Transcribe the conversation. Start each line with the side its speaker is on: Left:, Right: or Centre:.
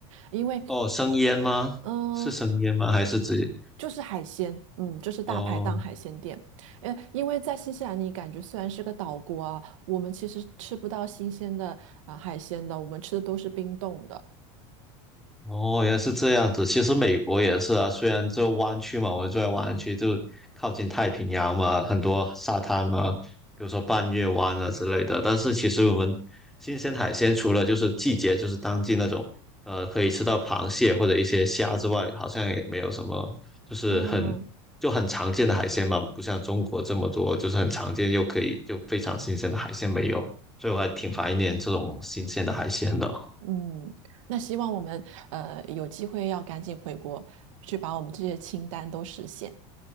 Right: 因为
Centre: 哦，生腌吗？
Right: 嗯，
Centre: 是生腌吗？还是只
Right: 就是海鲜，嗯，就是大排档海鲜店。
Centre: 哦？
Right: 呃，因为在新西兰，你感觉虽然是个岛国啊，我们其实吃不到新鲜的啊、海鲜的，我们吃的都是冰冻的。
Centre: 哦，原来是这样子。其实美国也是啊，虽然这湾区嘛，我们住在湾区，就靠近太平洋嘛，很多沙滩嘛，比如说半月湾啊之类的。但是其实我们新鲜海鲜除了就是季节，就是当季那种，呃，可以吃到螃蟹或者一些虾之外，好像也没有什么，就是很就很常见的海鲜吧，
Right: 嗯，
Centre: 不像中国这么多，就是很常见又可以就非常新鲜的海鲜没有，所以我还挺怀念这种新鲜的海鲜的。
Right: 嗯，那希望我们呃有机会要赶紧回国，去把我们这些清单都实现。